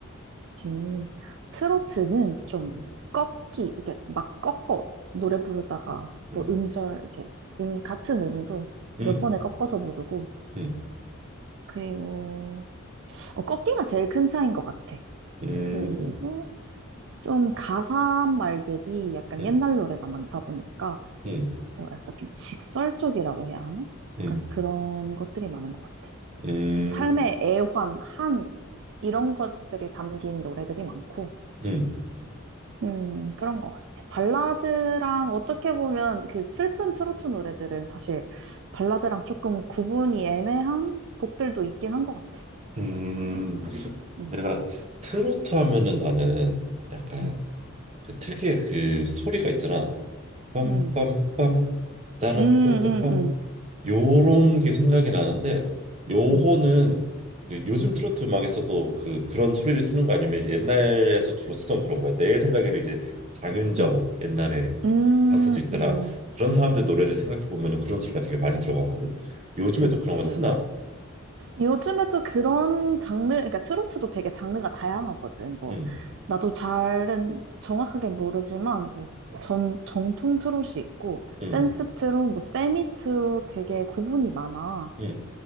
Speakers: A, on the right; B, on the right.
A: 그치. 트로트는 좀
B: 음,
A: 꺾기 이게 막 꺾어 노래 부르다가
B: 음,
A: 뭐 음절 이렇게 음, 같은 음도
B: 음,
A: 몇 번에 꺾어서 부르고
B: 음,
A: 그리고 어, 꺾기가 제일 큰 차이인 것 같아.
B: 음,
A: 그리고 좀 가사한 말들이 약간
B: 음,
A: 옛날 노래가 많다 보니까
B: 음,
A: 뭐랄까 좀 직설적이라고 해야 하나?
B: 음,
A: 약간 그런 것들이 많은 것 같아.
B: 음,
A: 좀 삶의 애환, 한 이런 것들이 담긴 노래들이 많고,
B: 음,
A: 음 그런 것 같아. 발라드랑 어떻게 보면 그 슬픈 트로트 노래들은 사실 발라드랑 조금 구분이 애매한 곡들도 있긴 한 것 같아.
B: 음.
A: 음,
B: 내가 트로트 하면은 나는 약간
A: 음,
B: 그 특유의 그 소리가 있잖아. 빰빰빰
A: 음,
B: 따라따따빰
A: 음, 음,
B: 요런 게 생각이 나는데 요거는
A: 음,
B: 그 요즘 트로트 음악에서도 그 그런 소리를 쓰는 거 아니면 옛날에서 주로 쓰던 그런 거야. 내 생각에는 이제 장윤정
A: 음,
B: 옛날에
A: 음,
B: 가수도 있잖아.
A: 음, 음.
B: 그런 사람들 노래를 생각해 보면은 그런 소리가 되게 많이 들어가거든. 요즘에도
A: 그치.
B: 그런 거 쓰나?
A: 요즘에 또 그런 장르, 그러니까 트로트도 되게 장르가 다양하거든. 뭐,
B: 응,
A: 나도 잘은 정확하게 모르지만, 뭐, 전, 정통 트롯이 있고,
B: 응,
A: 댄스 트롯, 뭐, 세미 트롯 되게 구분이 많아.
B: 응.